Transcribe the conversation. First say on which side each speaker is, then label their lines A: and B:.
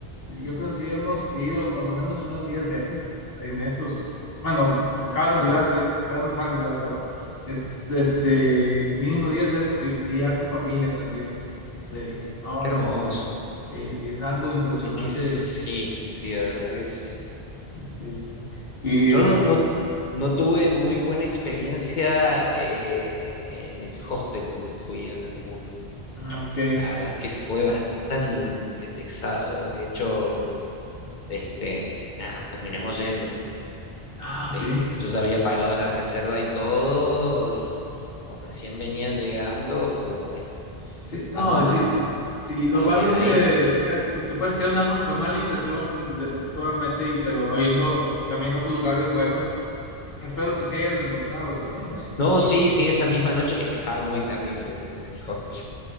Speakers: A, on the left; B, on the left.
A: yo creo que sí hemos ido con lo menos unas 10 veces en estos, bueno, cada envidia
B: Apa,
A: hace cada unos años, ¿verdad? Pero es- este, mínimo 10 veces fuimos y ya con familia también. Sí, no,
B: qué
A: no,
B: hermoso.
A: sí, sí, es algo impresionante.
B: Es que sí, sí, de verdad que sí.
A: Sí. Y,
B: Yo no, no, no tuve muy buena experiencia eh, en el hostel donde fui a Cancún.
A: ok.
B: La verdad es que fue bastante pesado. De hecho, este, nada, nos terminamos yendo.
A: Ah, ok.
B: eh, yo ya había pagado la reserva y todo, y, y como recién venía llegando, fue como, bueno,
A: Sí, no,
B: vamos
A: sí,
B: al,
A: sí, lo
B: al
A: malo
B: que
A: es
B: hay.
A: que te quedas, te puedes quedar una ma- con mala impresión, desafortunadamente, y, pero habiendo también otros lugares buenos, que espero que sí hayas encontrado también, ¿va?
B: No, sí, sí, esa misma noche, es que estaba muy terrible el, el hostel,